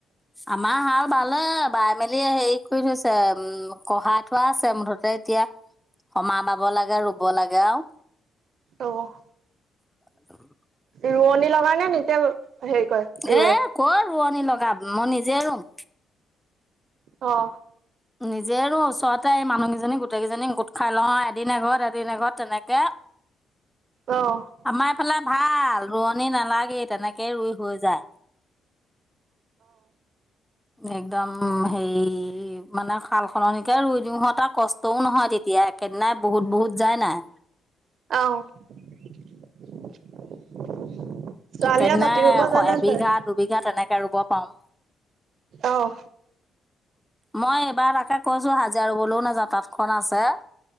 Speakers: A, in the centre; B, on the right.
A: আমাৰ হাল বালে বাই মেলি হেৰি কৰি থৈছে, উম' কঢ়াই থোৱা আছে মুঠতে এতিয়া, সমা বাব লাগে ৰুব লাগে আৰু।
B: অ'।
A: <inaudible>
B: ৰোৱনী লগা নে নিজে, হেৰি কৰে? ৰুৱে
A: এ কৰ ৰোৱনী লগাৱ, মই নিজে ৰুম।
B: অ'।
A: নিজে ৰোঁ ওচৰতে এই মানুহকেইজনী গোটেই কেইজনী গোট খাই লওঁ এদিন এঘৰত এদিন এঘৰত তেনেকে।
B: অ'।
A: আমাৰ এইফালে ভাল ৰোৱনী নালাগেই তেনেকে একে ৰুই হৈ যায়। একদম সেই মানে সাল সলনিকে ৰুই দিওঁ ইহঁতৰ কষ্টও নহয় তেতিয়া একেদিনাই বহুত বহুত যায় নাই।
B: অ'। ছোৱালীয়ে
A: একেদিনাই
B: মাটি ৰুব জানে
A: এবিঘা
B: নে নাই
A: দুবিঘা তেনেকে ৰুব পাৰো।
B: অ'।
A: মই এইবাৰ তাকে কৈছো হাজিৰা ৰুবলৈও নাযাওঁ তাতখন আছে।